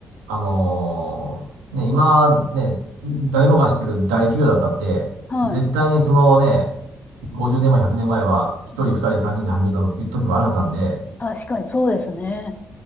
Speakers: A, on the right; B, on the left.
A: あのーね、今、ね、誰もが知ってる大企業だったって、
B: はい。
A: 絶対にそのね、50年前、100年前は、1人、
B: うん
A: 2人、3人で始めた時、時もあるはずなんで、
B: 確かにそうですね。